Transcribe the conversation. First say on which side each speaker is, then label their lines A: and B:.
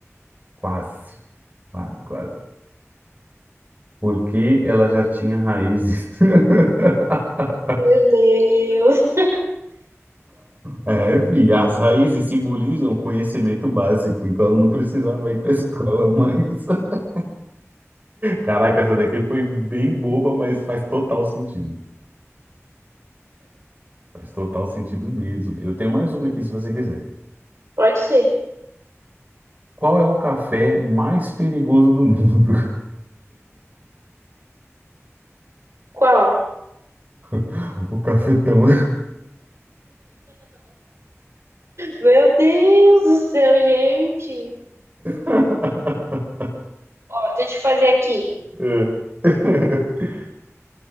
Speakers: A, on the right (about 35°); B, on the right (about 65°).
A: Quase, quase, quase. Porque ela já tinha raízes. <laughs>
B: Meu Deus.
A: É, filho, as raízes simbolizam o conhecimento básico, então ela não precisava ir para escola, mas. <laughs> Caraca, essa daqui foi bem boba, mas faz total sentido. Faz total sentido mesmo. Eu tenho mais uma aqui se você quiser.
B: Pode ser.
A: Qual é o café mais perigoso do mundo?
B: Qual?
A: <laughs> O cafetão.
B: Meu Deus do céu, gente.
A: <laughs>
B: Ó, deixa eu fazer aqui.
A: É. <laughs>